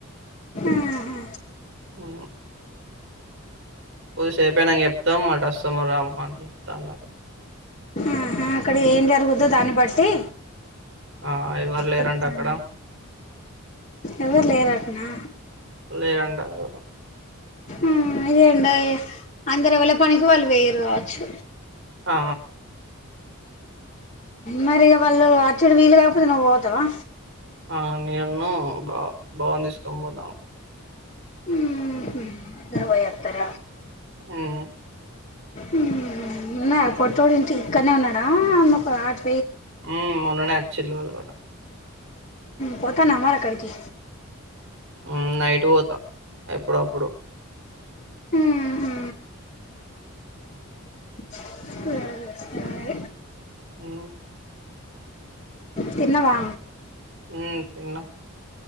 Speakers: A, on the left; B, on the right.
A: ఆహా
B: ఊ కొద్దిసేపేనాక చెప్తాం మాటస్సము రాము అని చెప్ తలు అళ్లు
A: ఆహా అక్కడ ఏం జరుగుతదో దాన్ని బట్టి
B: ఆ ఎవరు లేరండి
A: చెప్తాను
B: అక్కడ
A: ఎవరు లేరాటనా
B: లేరంట
A: ఆ ఇగ ఎండ అయే అందరు ఎవల పనికి వాళ్ళు వేయరు కావచ్చు
B: ఆ
A: మరి ఇగ వాళ్ళు అచ్చడు వీలు కాకపోతే నువ్వు పోతావా
B: ఆ నేను బా భావన్ తీసుకొని పోతాను
A: ఉహు ద ఓయతర
B: హ్మ్.
A: ఊ ఉన్నాయ పొట్టోడు ఇంటి ఇక్కడనే ఉన్నాడా అన్న ఒక ఆట్
B: ఉ మొననే ఆచ్చిలు వాల్ కూడ
A: పోతానవ మరక్కడకి
B: ఊ నైట్ పోతా ఎప్పుడో అప్పుడు
A: ఉహు సరే సరే
B: ఆ
A: తిన్నవా
B: మ్ తిన్న